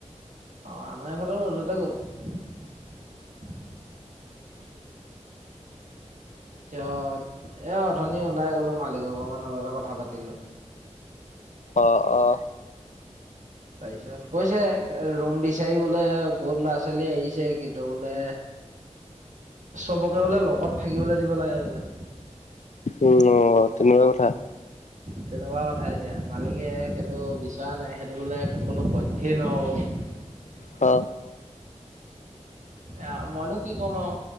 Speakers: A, on the right; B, on the left.
A: অ আমাৰ এইফালে ৰ'দতে গ'ল তাৰপিছত এ অঠনি ওলাই গলো মালিক ঘৰ মানুহৰ লগতে অকমানৰ কথা পাতিলো <inaudible>
B: অঁ অ
A: পাৰিছত কৈছে ৰুম বিচাৰি বহুত ল'ৰা ছোৱালী আহিছে কিন্তু বোলে চবকে বোলে লগত থাকিবলৈ দিব লাগে বোলে।
B: উ তেনেকুৱা কথা
A: তেনেকুৱা কথা এতিয়া মালিকে টো বিচৰা নাই সেইটো বোলে কোনো পইধেই নহব।
B: অ
A: আহ মইনো কি কম আৰু